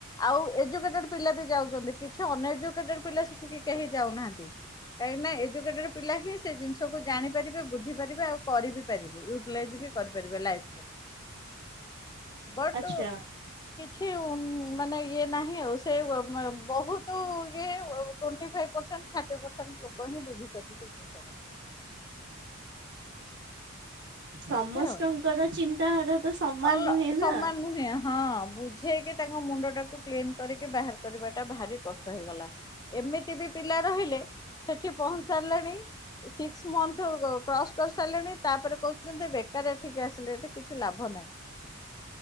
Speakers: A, on the left; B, on the right.
A: ଆଉ ଏୁଯୁକେଟଡ ପିଲାବି ଯାଉଚନ୍ତି କିଛି ଅନେଇଯୁକେଟି ପିଲା ସେଠି କେହି ଯାଉନାହାନ୍ତି। କାହିଁକିନା ଏଜୁକେଟେଡ ପିଲାହିଁ ସେଜିନିଷକୁ ଜାଣିପାରିବେ ବୁଝି ପାରିବେ ଆଉ କରିି ପାରିବେ ୟୁଟିଲାଇଜବି କରିପାରିବେ ଲାଇଫ୍ରେ।
B: <inaudible>
A: ବଟ୍
B: ଆଚ୍ଛା
A: କିୟୁ ମାନେ ଇଏ ନାହିଁ ଆଉ ସେ ଵ ବହୁତ୍ ଇଏ twenty five percent. Thirty percent ଲୋକହିଁ ବୁଝୁଚନ୍ତି ସେଜିନିଷଟାକୁ।
B: ସମସ୍ତଙ୍କର
A: ଏମିତି ଆଉ।
B: ଚିନ୍ତାଧାରାତ ସମାନ
A: ଅଲ
B: ନୁହେଁ ନା।
A: ସମାନ ହଁ ବୁଝି ଠେଇକି ତାଙ୍କ ମୁଣ୍ଡ ଟାକୁ କ୍ଲିନ କରିକି ବାହାର କରିବାଟା ଭାରି କଷ୍ଟ ହେଇଗଲା। ଏମିତିବି ପିଲା ରହିଲେ ସେଠି ପହ ସାରିଲେଣି ସିକ୍ସ ମନ୍ଥ କ୍ରସ କରିସାରିଲେଣି ତାପରେ କହୁଚନ୍ତି ବେକାର ଏଠିକି ଆସିଲେ ଏଠି କିଛି ଲାଭ ନାହିଁ।